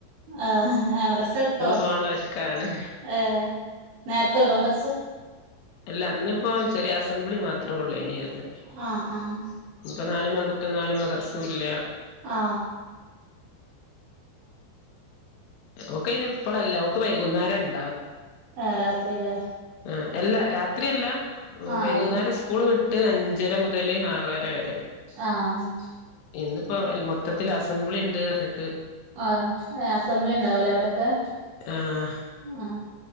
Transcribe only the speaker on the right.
ആഹ് ആഹ് മദ്രസ വിട്ടോ
ഏഹ് നേരത്തെ വിടോ മദ്രസ
ആഹ് ആഹ്
ആ
ഏഹ് രാത്രില്ലേ
ആഹ്
വരും
ആഹ്
ആ അസംബ്ളി ഉണ്ടാവലോ അവിടൊക്കെ
ആ